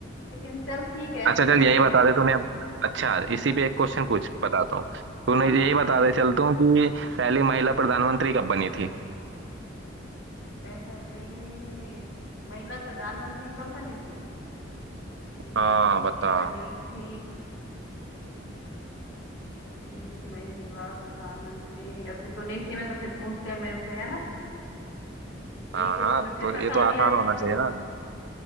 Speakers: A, on the left; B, on the right.
A: लेकिन चल ठीक है
B: अच्छा चल यही बता दे तूने अब- अच्छा
A: हाँ
B: इसी पे एक क्वेश्चन पूछ बताता हूँ
A: हाँ
B: तूने यही बता दे चलता हूँ कि पहली महिला प्रधानमंत्री कब बनी थी
A: पहली महिला प्रधानमंत्री कब बनी थी हम्म,
B: हाँ बता
A: ये बनी थी हम्म, महिला प्रधानमंत्री अभी तूने इसी में तो फिर पूछते हैं मेरे से है ना यही
B: हाँ
A: क्वेश्चन
B: हाँ
A: में फिर
B: तो
A: फंसा
B: ये तो आसान
A: दिया
B: होना चाहिए ना